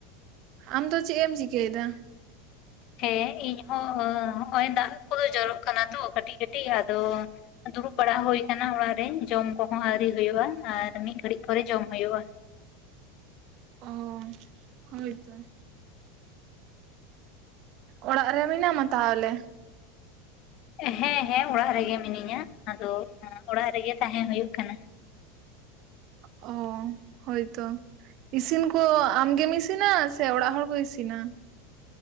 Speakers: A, on the right; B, on the left.
A: ᱟᱢ ᱫᱚ ᱪᱮᱫ ᱮᱢ ᱪᱤᱠᱟᱹᱭ ᱮᱫᱟ?
B: ᱦᱮᱸ ᱤᱧ ᱦᱚ ᱦᱚᱜᱚᱭ ᱫᱟᱜ ᱠᱚ ᱫᱚ ᱡᱚᱨᱚᱜ ᱠᱟᱱᱟ ᱛᱚ ᱠᱟᱹᱴᱤᱡ ᱠᱟᱹᱴᱤᱡ ᱟᱫᱚ ᱫᱩᱲᱩᱵ ᱵᱟᱲᱟ ᱦᱳᱭ ᱟᱠᱟᱱᱟ ᱚᱲᱟᱜ ᱨᱮ ᱡᱚᱢ ᱠᱚ ᱦᱚᱸ ᱟᱹᱣᱨᱤ ᱦᱳᱭᱳᱜᱼᱟ ᱟᱨ ᱢᱤᱫ ᱜᱷᱟᱹᱲᱤᱡ ᱯᱚᱨᱮ ᱡᱚᱢ ᱦᱳᱭᱳᱜᱼᱟ ᱾
A: ᱚ ᱦᱳᱭ ᱛᱚ ᱾ ᱚᱲᱟᱜ ᱨᱮ ᱢᱮᱱᱟᱢᱟ ᱛᱟᱦᱞᱮ?
B: ᱦᱮᱸ ᱦᱮᱸ ᱚᱲᱟᱜ ᱨᱮᱜᱮ ᱢᱤᱱᱟᱹᱧᱟ ᱾ ᱟᱫᱚ ᱚᱲᱟᱜ ᱨᱮᱜᱮ ᱛᱟᱦᱮᱸ ᱦᱳᱭᱳᱜ ᱠᱟᱱᱟ ᱾
A: ᱚ ᱦᱳᱭ ᱛᱚ ᱾ ᱤᱥᱤᱱ ᱠᱚ ᱟᱢ ᱜᱮᱢ ᱤᱥᱤᱱᱟ ᱥᱮ ᱚᱲᱟᱜ ᱦᱚᱲ ᱠᱚ ᱤᱥᱤᱱᱟ?